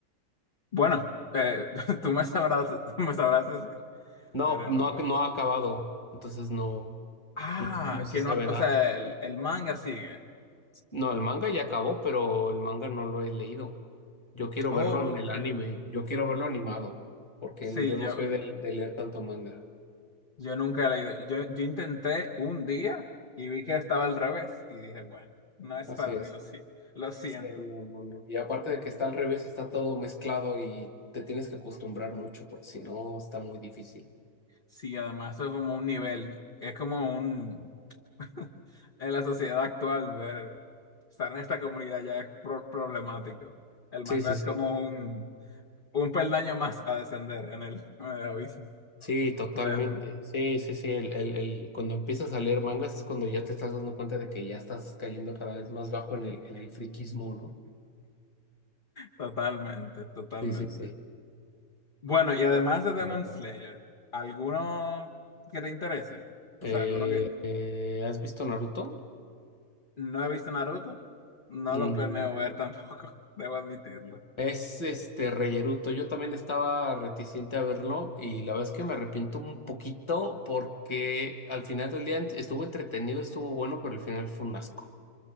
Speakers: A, on the left (about 35°); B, on the left (about 20°).
A: bueno, eh, <laughs> tú me sabrás, me sabrás decir,
B: No,
A: pero...
B: no, ha- no ha acabado, entonces no,
A: Ah,
B: no se, no se
A: que
B: sabe
A: no, o
B: nada.
A: sea, el el manga sigue.
B: No, el manga ya acabó, pero el manga no lo he leído. Yo quiero
A: Oh,
B: verlo en el
A: que
B: anime, yo quiero verlo animado, porque
A: Sí,
B: yo no
A: yo,
B: soy de de leer tanto manga.
A: yo nunca he leído. Yo, yo intenté un día y vi que estaba al revés y dije, bueno, no es
B: Así
A: para
B: es.
A: mí, lo, si- lo siento.
B: Sí, no, no, no. Y aparte de que está al revés, está todo mezclado y te tienes que acostumbrar mucho porque si no está muy difícil.
A: Sí, además eso es como un nivel, es como un... <laughs> En la sociedad actual, ver, estar en esta comunidad ya es pro- problemático. El manga
B: Sí, sí,
A: es
B: sí.
A: como un, un peldaño más a descender en el, en el abismo.
B: Sí, totalmente.
A: Realmente.
B: Sí, sí, sí. El, el, el- cuando empiezas a leer mangas es cuando ya te estás dando cuenta de que ya estás cayendo cada vez más bajo en el, en el friquismo, ¿no?
A: Totalmente, totalmente.
B: Sí, sí, sí.
A: Bueno, y además
B: Yo
A: de
B: estoy
A: Demon
B: de acuerdo.
A: Slayer, ¿alguno que te interese? O
B: Eh,
A: sea, alguno que
B: eh, ¿has visto Naruto?
A: no he visto Naruto, no
B: Mm.
A: lo planeo ver tampoco, <laughs> debo admitirlo.
B: Es este reyeruto. Yo también estaba reticente a verlo y la verdad es que me arrepiento un poquito porque al final del día estuvo entretenido, estuvo bueno, pero al final fue un asco.